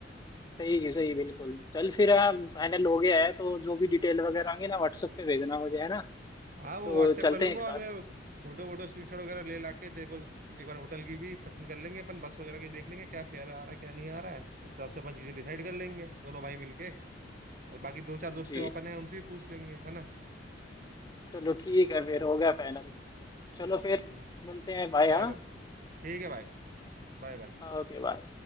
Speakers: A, on the left; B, on the right.
A: सही है सही है, बिल्कुल चल फिर हाँ, फाइनल हो गया है तो जो भी डिटेल वगैरह आएंगे ना व्हाट्सएप पे भेजना मुझे है ना
B: हाँ वो
A: तो
B: व्हाट्सएप
A: चलते
B: कर लूंगा
A: हैं एक साथ
B: और मैं फोटो वोटो स्क्रीनशॉट वगैरह ले ला के तेरे को एक बार होटल की भी पसंद कर लेंगे अपन बस वगैरह की देख लेंगे क्या फेयर आ रहा है क्या नहीं आ रहा है उस हिसाब से अपन चीजें डिसाइड
A: हम्म,
B: कर लेंगे दोनों भाई मिलके और बाकी दो चार दोस्त
A: जी
B: हैं अपन है उनसे भी पूछ लेंगे है ना
A: चलो ठीक है फिर हो गया फाइनल चलो फिर
B: हम्म,
A: मिलते हैं बाय
B: चलो
A: हाँ
B: ठीक है भाई Bye bye
A: ओके बाय